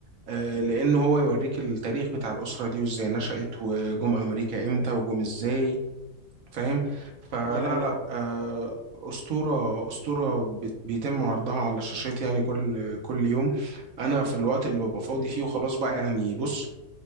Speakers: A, on the right (about 65°); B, on the left (about 80°).
A: آه،
B: مهم.
A: لأن هو يوريك التاريخ بتاع الأسرة دي وإزاي نشأت وجم أمريكا إمتى وجم إزاي فاهم فلا
B: دي حقيقة
A: لا
B: اه
A: آه، أسطورة أسطورة بت- بيتم عرضها على الشاشات يعني كل كل يوم أنا في الوقت اللي ببقى فاضي
B: مهم.
A: فيه وخلاص بقى يعني بص